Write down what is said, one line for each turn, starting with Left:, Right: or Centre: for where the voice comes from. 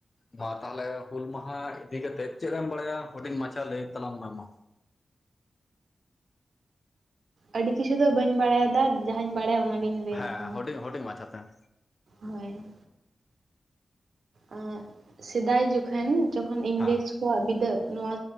Left: ᱢᱟ ᱛᱟᱦᱟᱞᱮ ᱦᱩᱞ ᱢᱟᱦᱟ ᱤᱫᱤ ᱠᱟᱛᱮᱜ ᱪᱮᱫ ᱮᱢ ᱵᱟᱲᱟᱭᱟ ᱦᱩᱰᱤᱧ ᱢᱟᱪᱷᱟ ᱞᱟᱹᱭ ᱛᱟᱞᱟᱝ ᱢᱮ ᱢᱟ?
Right: ᱟᱹᱰᱤ ᱠᱤᱪᱷᱩ ᱫᱚ ᱵᱟᱹᱧ ᱵᱟᱲᱟᱭᱟ ᱫᱟ ᱡᱟᱦᱟᱸᱧ ᱵᱟᱲᱟᱭᱟ ᱚᱱᱟᱜᱤᱧ ᱞᱟᱹᱭ
Left: ᱦᱮᱸ
Right: ᱟᱸᱡᱚᱢ
Left: ᱦᱩᱰᱤᱧ ᱦᱩᱰᱤᱧ ᱢᱟᱪᱷᱟ ᱛᱮ᱾
Right: ᱦᱳᱭ ᱟᱸ ᱥᱮᱫᱟᱭ ᱡᱚᱠᱷᱮᱱ ᱡᱚᱠᱷᱚᱱ ᱤᱝᱨᱮᱡᱽ
Left: ᱦᱮᱸ
Right: ᱠᱚᱣᱟᱜ ᱵᱤᱫᱟᱹ ᱱᱚᱣᱟ